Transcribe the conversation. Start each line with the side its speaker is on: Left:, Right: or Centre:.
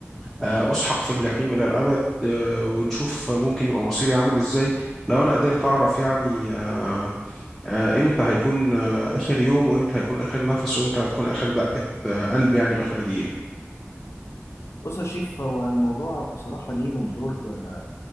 Centre: آه، اسحق في الجحيم الى الابد آه، ونشوف ممكن يبقى مصيري عامل ازاي لو انا قدرت اعرف يعني آه، آه، امتى هيكون آه، اخر يوم وامتى هيكون اخر نفس وامتى هتكون اخر دقه آه، قلب يعني واخر دقيقه
Left: بص يا شيف هو الموضوع بصراحة ليه منظور آه،